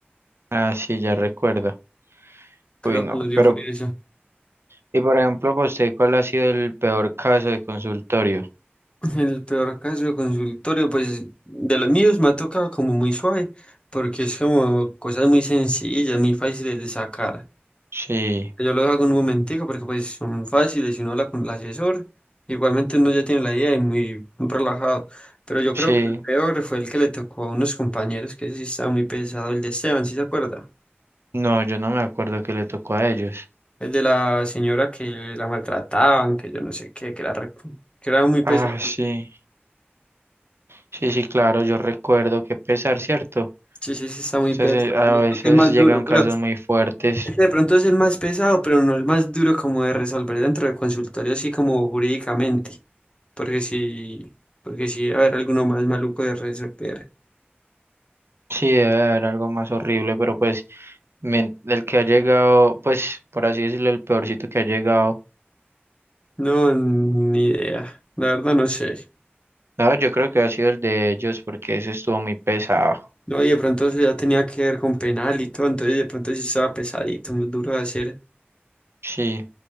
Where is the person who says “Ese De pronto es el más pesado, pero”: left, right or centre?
Left